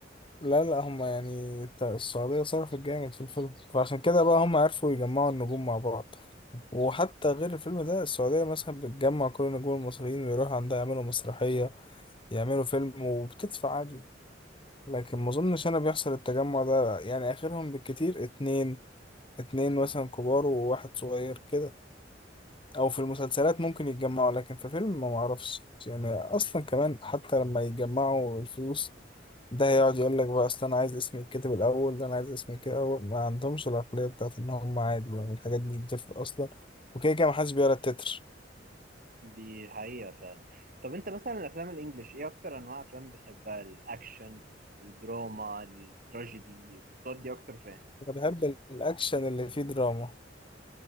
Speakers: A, on the left; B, on the right.
A: لا لا هم يعني تا- السعودية صرفت جامد في الفيلم فعشان كده بقى هم عرفوا يجمعوا النجوم مع بعض وحتى غير الفيلم ده السعودية مثلا بتجمع كل النجوم المصريين ويروحوا عندها يعملوا مسرحية يعملوا فيلم وبتدفع عادي لكن ما اظنش انا بيحصل التجمع ده يعني اخرهم بالكتير اتنين اتنين مثلا كبار وواحد صغير كده او في المسلسلات ممكن يتجمعوا لكن في فيلم ما معرفش يعني اصلا كمان حتى لما يجمعوا الفلوس ده هيقعد يقول لك بقى اصل انا عايز اسمي يتكتب الاول ده انا عايز اسمي كده اول ما عندهمش العقليه بتاعت ان هم عادي يعني الحاجات دي مش بتفرق اصلا وكده كده محدش بيقرا التتر
B: دي حقيقة فعلا طب انت مثلا الافلام الانجليش ايه اكتر انواع افلام بتحبها الاكشن الدراما التراجيدي بتودي اكتر فين
A: انا بحب الاكشن اللي فيه دراما